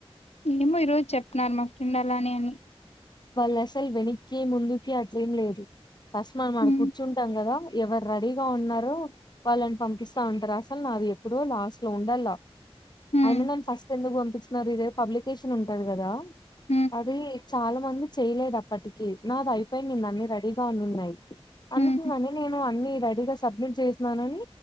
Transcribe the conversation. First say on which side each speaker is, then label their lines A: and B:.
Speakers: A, on the left (about 90°); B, on the left (about 45°).
A: ఏమో ఈరోజు చెప్నారు మా ఫ్రెండ్ అలానే అని
B: వాళ్ళసల్ వెనక్కి ముందుకి అట్లేం లేదు ఫస్ట్ మనం ఆడ
A: హ్మ్
B: కూర్చుంటాం గదా ఎవరు రడీగా ఉన్నారో వాళ్ళని పంపిస్తా ఉంటారు అసలు నా అది ఎప్పుడో లాస్ట్ లో ఉండలా
A: హ్మ్
B: అయినా నన్ను ఫస్ట్ ఎందుకు పంపించినారు ఇదే పబ్లికేషన్ ఉంటది గదా
A: హ్మ్
B: అది చాలా మంది చేయలేదు అప్పటికి నాది అయిపొయినింది అన్ని రెడీగా ఉనున్నాయ్ అందుకింగని
A: హ్మ్ హ్మ్.
B: నేను అన్ని రెడీగా సబ్మిట్ చేసినానని